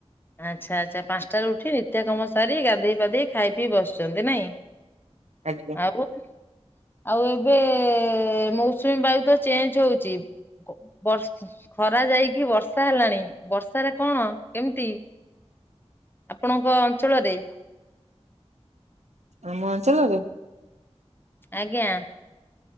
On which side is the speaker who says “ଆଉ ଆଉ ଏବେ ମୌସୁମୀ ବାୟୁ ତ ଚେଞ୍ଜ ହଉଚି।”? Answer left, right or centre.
Left